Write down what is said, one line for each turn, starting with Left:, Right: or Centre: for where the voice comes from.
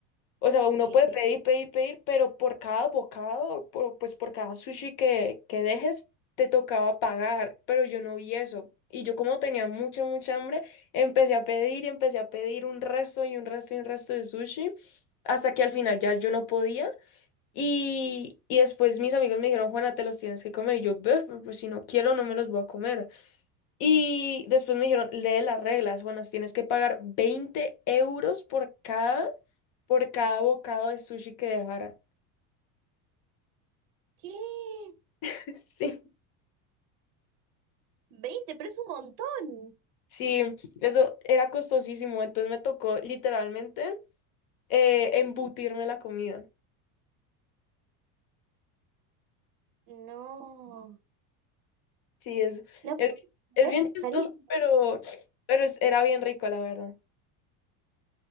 Left: O sea, uno
Right: Sí.
Left: puede pedir, pedir, pedir, pero por cada bocado, por- pues por cada sushi que, que dejes, te tocaba pagar, pero yo no vi eso. Y yo como tenía mucha, mucha hambre, empecé a pedir y empecé a pedir un resto y un resto y un resto de sushi, hasta que al final ya yo no podía. Y, y después mis amigos me dijeron, Juana, te los tienes que comer. Y yo, "Beh, pero pues si no quiero, no me los voy a comer. Y después me dijeron, lee las reglas, buenas, tienes que pagar 20 euros por cada, por cada bocado de sushi que dejara.
Right: ¿Qué?
Left: <laughs> Sí.
Right: veinte pero es un montón.
Left: Sí, eso era costosísimo, entonces me tocó literalmente eh, embutirme la comida.
Right: No.
Left: Sí, es,
Right: No
Left: es,
Right: puedo
Left: es
Right: creer,
Left: bien chistoso,
Right: carísimo.
Left: pero, pero es- era bien rico, la verdad.